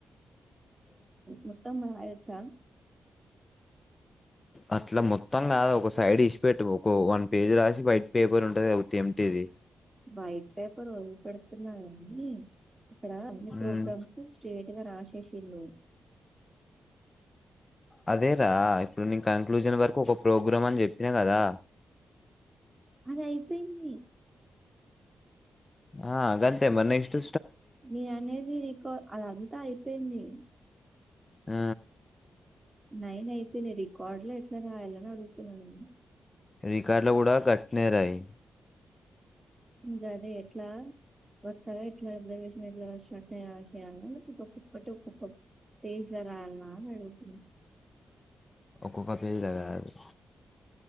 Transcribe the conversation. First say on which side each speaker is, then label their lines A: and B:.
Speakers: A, on the right; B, on the left.
A: మొత్తం అయచ్చా
B: అట్లా మొత్తం కాదుా ఒక సైడ్ ఇసిపెట్ ఒక వన్ పేజీ రాసి బయట పేపర్ ఉంట దౌత్యం ది
A: వైట్ పేపర్ వదిలి పెడుతున్నదండి అక్కడ అన్ని ప్రోగ్రామ్స్
B: మ్
A: స్టేట్ పటగారు ఆశేషలను
B: అదేరా ఇప్పుడు నీను కన్క్లూజన్ వరకు ఒక ప్రోగ్రాం అని చెప్పినా కదా
A: అది అయిపోయింది
B: ఆ అ గంత మొన్న ఇష్ట
A: న అనేది రికార్ అలా అగుతా అయిపోయింది
B: ఆ
A: నైన అయిపోయినాయి రికార్డు లో ఎట్లా రాయాలని అడుగుతున్నా నేను
B: రికార్డులో కూడా కరెక్ట్ నే రాయి
A: గదే ఎట్లా వరుసగా ఎట్లా అబ్జర్వేషన్ ఎట్లా రాసినట్లా రాసి ఏయాల లేదా ఒక్కొక్కటి ఒక్కొక్క పేజీల రాయల ఆ మేడం <inaudible>
B: ఒక్కొక్క పేజీ రాయాలి